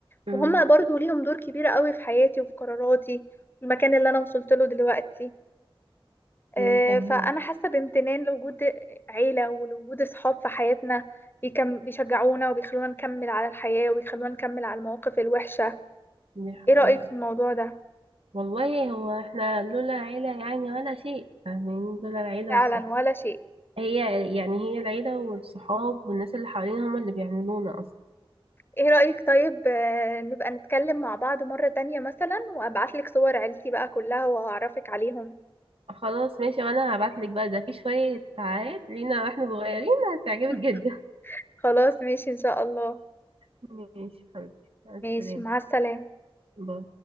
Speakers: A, on the right (about 75°); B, on the left (about 20°).
A: م-
B: وهم برضو ليهم دور كبير قوي في حياتي وفي قراراتي في المكان اللي انا وصلت له دلوقتي
A: م-
B: آه،
A: فاهمين
B: فأنا حاسة بامتنان لوجود عيلة ولوجود أصحاب في حياتنا بيكم بيشجعونا وبيخلونا نكمل على الحياة وبيخلونا نكمل على المواقف الوحشة
A: دي حقيقة
B: إيه رأيك في الموضوع ده؟
A: والله هو احنا لولا العيلة يعني ولا شيء فاهمين لولا العيلة
B: فعلا
A: والصحاب
B: ولا شيء
A: هي يعني هي العيلة والصحاب والناس اللي حوالينا هما اللي بيعملونا أصلا
B: إيه رأيك طيب آه، نبقى نتكلم مع بعض مرة تانية مثلا وأبعتلك صور عيلتي بقى كلها وأعرفك عليهم
A: خلاص ماشي وأنا هبعتلك بقى ده في شوية ساعات لينا واحنا صغيرين هتعجبك
B: <laughs>
A: جدا
B: خلاص ماشي إن شاء الله
A: <laughs> ماشي حبيبتي مع السلامة
B: ماشي مع السلامة
A: باي